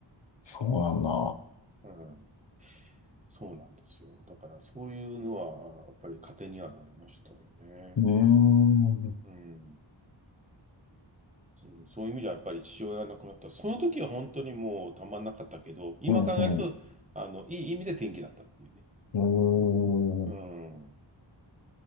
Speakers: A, on the left; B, on the right.
A: そうなんだ。
B: うん、そうなんですよ。だからそういうのは、やっぱり糧にはなりましたよね。
A: うーん。うん
B: うん。うんそういう意味じゃやっぱり父親が亡くなった。その時は本当にもうたまんなかったけど、今考えると、
A: うん。
B: あの、いい意味で転機だったっていうね。
A: うーん。
B: うん。